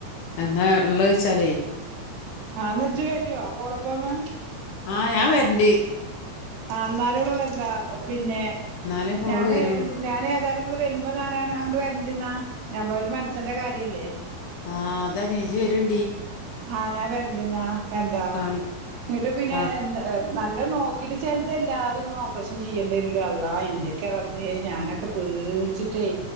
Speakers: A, on the left (about 70°); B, on the right (about 85°).
A: എന്നാ ഉള്ളത് വച്ചാലേ
B: ആഹ് ന്നാജ്ജ് വരുവോ കോളപ്പമ്
A: ആ ഞാൻ വരണ്ട്
B: ആഹ് എന്നാലോള എന്താ പിന്നെ
A: എന്നാലേ ഇപ്പോൾ
B: ഞാന്
A: അവള് വരുള്ളൂ
B: ഞാന ഏതായാലുങ്ങള് വരുമ്പോ ഞാനാണ് അങ്ങോട്ട് വരണ്ടിന്നാ ഞമ്മളൊരു മനസ്സന്റെ കാര്യല്ലേ
A: ആഹ് അതാ നേജി വരണ്ടി
B: ആഹ് ഞാൻ വരണ്ടന്നാ എന്താ
A: കാണി
B: ഇന്നിണ്ട് പിന്നെ
A: കാ
B: എന്താ നല്ല നോക്കിട്ട് ചിലത് എല്ലാതൊന്നും ഓപ്പറേഷൻ ചെയ്യേണ്ടി വരുല്ല അള്ള ഇന്റെക്കെ റബേ ഞാനൊ ക്കെ പേടിച്ചിട്ടേ